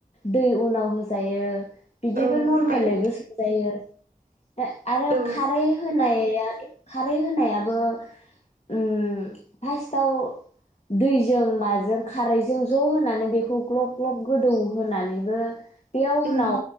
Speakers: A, on the left; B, on the right.
A: दै उनाव होजायो बिदिबो
B: औ
A: नर <unintelligible> मेलेबो
B: आरो
A: सुजायो ओ‌ आरो
B: औ
A: खारै होनायाथ खारै होनायाबो उम फारस्टआव दैजों माजों खारैजों ज होनानै बेखौ ग्लब ग्लब गोदौ होनानैबो बेयाव
B: उम
A: उनाव